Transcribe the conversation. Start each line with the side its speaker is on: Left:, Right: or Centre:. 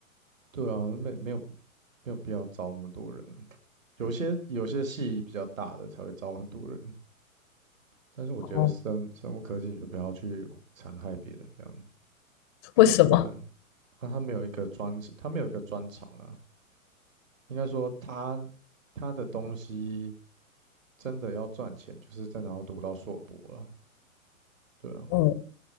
Right: 对啊，没没有没有必要招那么多人。有些有些系比较大的才会招很多人，但是我觉得生生物科技你就不要去残害别人这样子。
Left: 哦，<laughs> 为什么？
Right: 对啊，啊他没有一个专，他没有一个专长啊。应该说他他的东西真的要赚钱，就是真的要读到硕博了。对啊，
Left: 嗯，